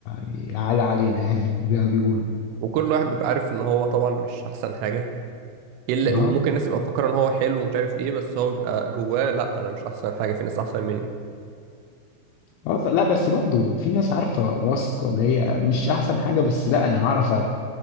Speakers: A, on the left; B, on the right.
A: يعلى علينا يعني <laughs> زي ما بيقولوا
B: وكل واحد بيبقى عارف ان هو طبعا مش احسن حاجة الا
A: اه
B: وممكن الناس تبقى مفكرة ان هو حلو ومش عارف ايه بس هو بيبقى جواه لا انا مش احسن حاجة في ناس احسن مني
A: آه، لا بس برضو في ناس عارفه واثقه اللي هي مش احسن حاجه بس لا انا هعرف